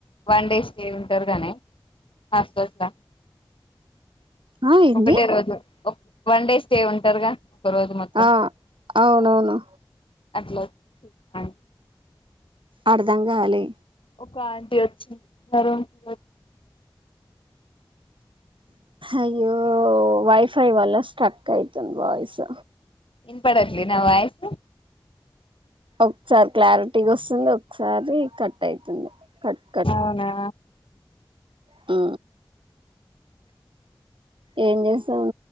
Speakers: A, on the left; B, on the right.
A: వన్ డే స్టే ఉంటరు గానీ హాస్టల్స్ లా
B: ఆ ఏంది
A: ఒకటే రోజు ఓక్. వన్ డే స్టే ఉంటారుగా. ఒక రోజు మొత్తం
B: ఆ అవునవును.
A: అట్లే. <unintelligible>
B: అర్ధంకాలే.
A: ఒక ఆంటీ వచ్చింద్. <unintelligible>
B: అయ్యో, వైఫై వల్ల స్ట్రక్ అయింతుంద్ వాయిస్.
A: ఇన్ పడట్లే నా వాయిస్.
B: ఒక్సారి క్లారిటీగా ఓస్తుంది, ఒక్సారి కట్ అయితుంది. కట్
A: అవునా.
B: ఆ. ఏం చేస్తాం